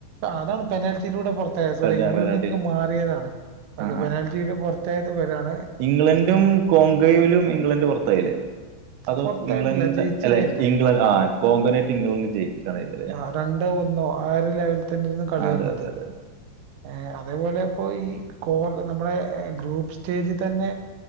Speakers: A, on the right; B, on the right.
A: അതാണ് പെനാൽറ്റിയിലൂടെ പുറത്തായ സോറി
B: പെടാ
A: ഇംഗ്ലണ്ടിൽ
B: പെടാട്ടി
A: എനിക്ക് മാറിയതാണ് ഒക്കെ
B: ആഹ് ആഹ്
A: പെനാൽറ്റി ഇതില് പുറത്തായത് ഇവരാണ്
B: ഇംഗ്ലണ്ടും കോങ്കോയിലും ഇംഗ്ലണ്ട് പുറത്തായില്ലേ അതോ
A: പുറത്തായിട്ടില്ല
B: ഇംഗ്ലണ്ട്ന്റെ
A: ജയിച്ചിക്കല്ലേ
B: അല്ലെ ഇംഗ്ലണ്ട് ആഹ് കോങ്കനയിട്ട് ഇംഗ്ലണ്ടണ്ട് ജയിക്കാണ ചെയ്തേ
A: ആ രണ്ടോ ഒന്നോ ആ ഒരു ലെവലിൽ തന്നെരുന്നു കളി
B: അതെ
A: വന്നത്
B: അതെ അതെ
A: ഏ അതേപോലെ ഇപ്പോ ഈ കോർ നമ്മുടെ ഗ്രൂപ്പ് സ്റ്റേജി തന്നെ